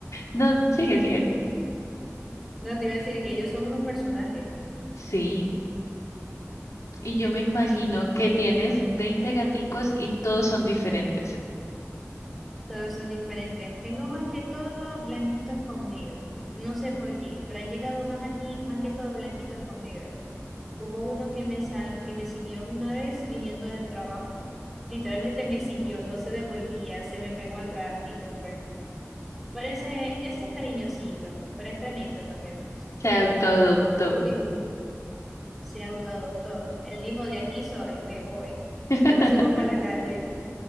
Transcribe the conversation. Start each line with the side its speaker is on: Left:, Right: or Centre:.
Left: no, sigue, sigue.
Centre: No te iba a decir que ellos son unos personajes.
Left: Sí, y yo me imagino
Centre: Ni
Left: que tienes 20 gaticos y todos son diferentes.
Centre: todos son diferentes. Tengo más que todo blanquitos con negro. No sé por qué, pero han llegado más aquí, más que todo blanquitos con negro. Hubo uno que me, sa- que me siguió una vez viniendo del trabajo. Literalmente me siguió, no se devolvía, se me pegó atrás y yo, bueno. Pero ese, ese es cariñosito, pero es tremendo también.
Left: Se adoptó, adoptó.
Centre: Eh, se autoadoptó. Él dijo, de aquí soy, me voy.
Left: <laughs>
Centre: Yo no sirvo para la calle.